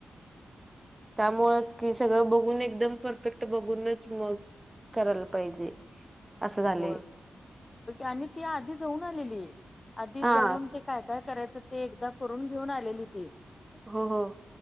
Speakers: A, on the right; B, on the left.
A: त्यामुळंच हे सगळं बघून एकदम परफेक्ट बघूनच मग करायला पाहिजे असं झालंय
B: हो आणि ती आधी जाऊन आलेली आधी
A: हा
B: जाऊन ते काय काय करायचं ते एकदा करून घेऊन आलेली ती
A: हो हो